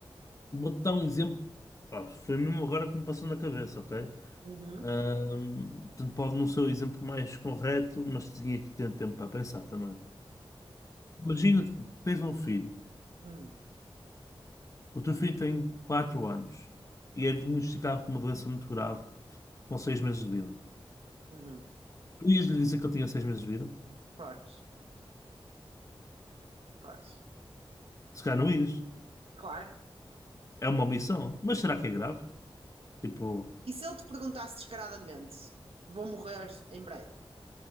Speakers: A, on the left (about 35°); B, on the right (about 80°).
A: vou dar um exemplo, pá, foi mesmo agora que me passou na cabeça, ok?
B: Uhum,
A: Ahm, portanto, pode não ser o exemplo mais correto, mas tinha que ter tempo para pensar também. Imagina que tens um filho,
B: uhum,
A: o teu filho tem 4 anos e é diagnosticado com uma doença muito grave com seis meses de vida.
B: uhum.
A: Tu ias lhe dizer que ele tinha seis meses de vida?
B: Pois, pois.
A: Se calhar não ias.
B: Claro.
A: É uma omissão. Mas será que é grave? Tipo,
B: E se eu te perguntasse descaradamente, vou morrer em breve,